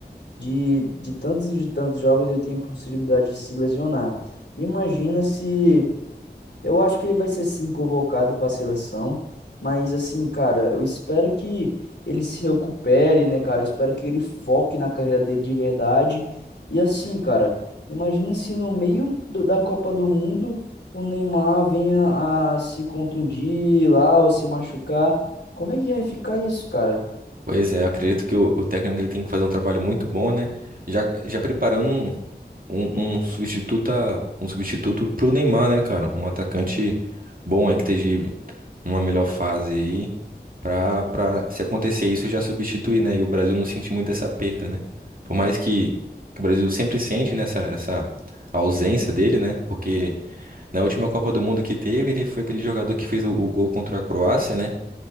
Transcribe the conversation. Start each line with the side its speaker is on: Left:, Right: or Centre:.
Left: de, de tantos e de tantos jogos ele tem a possibilidade de se lesionar. Imagina se Eu acho que ele vai ser sim convocado para a seleção, mas assim, cara, eu espero que ele se recupere, né, cara? Eu espero que ele foque na carreira dele de verdade. E assim, cara, imagina se no meio do- da Copa do Mundo o Neymar venha a se contundir lá ou se machucar. Como é que vai ficar isso, cara?
Right: Pois é, eu acredito que o, o técnico ele tem que fazer um trabalho muito bom, né? Já, já preparando um, um, um substituto a- um substituto pro Neymar, né, cara? Um atacante bom aí que esteja numa melhor fase aí pra, pra se acontecer isso já substituir, né? E o Brasil não sentir muito essa perda, né? Por mais que, que o Brasil sempre sente nessa essa essa ausência dele, né? Porque na última Copa do Mundo que teve, ele foi aquele jogador que fez o o gol contra a Croácia, né?